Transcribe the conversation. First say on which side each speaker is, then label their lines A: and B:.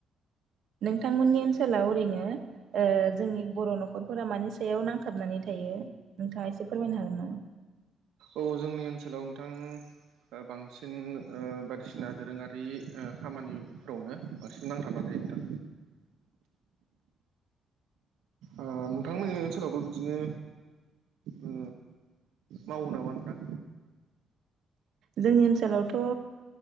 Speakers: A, on the right; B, on the right.
A: नोंथांमोननि ओनसोलाव ओरैनो ओ जोंनि बर' न'खरफोरा मानि सायाव नांथाबनानै थायो नोंथाङा एसे फोरमायनो हागोन नामा?
B: औ जोंनि ओनसोलाव नोंथां बांसिन ओ बायदिसिना दोरोङारि ओ खामानिफोरावनो बांसिन नांथाबना थायो नोंथां। ओ नोंथांमोननि ओनसोलावबो बिदिनो ओ मावो नामा नोंथां?
A: जोंनि ओनसोलावथ' ओ